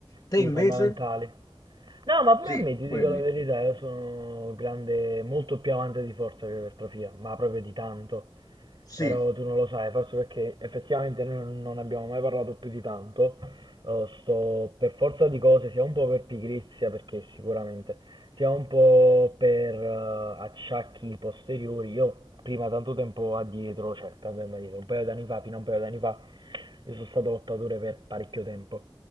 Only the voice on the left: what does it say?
Te
invece?
Sì,
quelli.
Sì.